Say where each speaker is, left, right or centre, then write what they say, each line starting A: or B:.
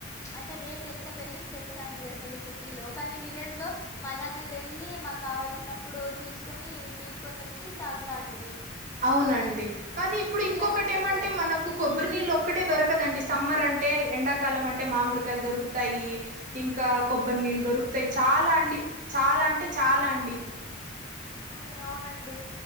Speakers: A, on the left (about 15°); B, on the right (about 45°).
A: అంటే రేట్ ఎంత పెరిగింది తెలుసా అండి అసలు సిటీలో కానీ విలేజ్ లో మనమే వెళ్ళి మాకు కావాల్సినప్పుడు తీసుకొని పీక్కొని వచ్చి తాగుతా అంట మీ
B: అవునండి కానీ ఇప్పుడు ఇంకొకటేమంటే
A: అట్లా ఉండదు కదండి
B: మనకు కొబ్బరి నీళ్ళు ఒక్కటే దొరకదండి సమ్మర్ అంటే అంటే ఎండాకాలం అంటే మామిడికాయలు దొరుకుతాయి. ఇంకా కొబ్బరి నీళ్ళు దొరుకుతాయి. చాల అండి చాలా అంటే చాల అండి
A: ఆ అవునండి